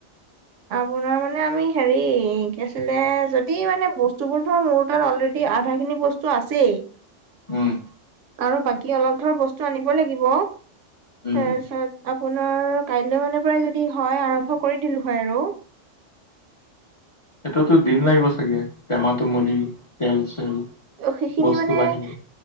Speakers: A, on the right; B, on the left.
A: আপোনাৰ মানে আমি হেৰি কি আছিলে যদি মানে বস্তুবোৰ ধৰা মোৰ তাত অলৰেডি- ডি আধা খিনি বস্তু আছেই।
B: উম'
A: আৰু বাকী অলপ ধৰ বস্তু আনিব লাগিব
B: উম
A: তাৰপিছত- আপোনাৰ কাইলৈ মানে পৰাই যদি হয় আৰম্ভ কৰি দিলো হয় আৰু।
B: এটোতো দিন লাগিব চাগে টেমা তুমলি তেল চেল।
A: ত' সেইখিনি
B: বস্তু
A: মানে-
B: বাহিনী